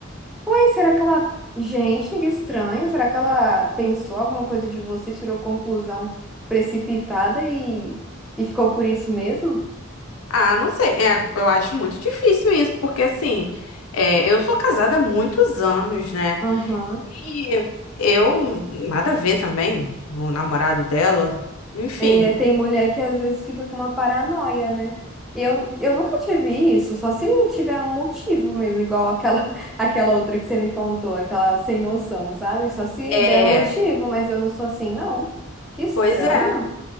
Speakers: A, in the centre; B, on the left.
A: Ué, será que ela. Gente, que estranho. Será que ela pensou alguma coisa de você, tirou conclusão precipitada e, e ficou por isso mesmo?
B: Ah, não sei. É, eu acho muito difícil isso, porque assim, é, eu sou casada há muitos anos, né?
A: Aham.
B: E eu nada a ver também, o namorado dela. Enfim,
A: É, tem mulher que às vezes fica com uma paranoia, né? Eu, eu nunca tive isso, só se tiver um motivo mesmo, igual aquela, <laughs> aquela outra que você me contou, aquela sem noção, sabe? Só se
B: é,
A: der motivo, mas eu não sou assim, não. Que estranho.
B: pois é.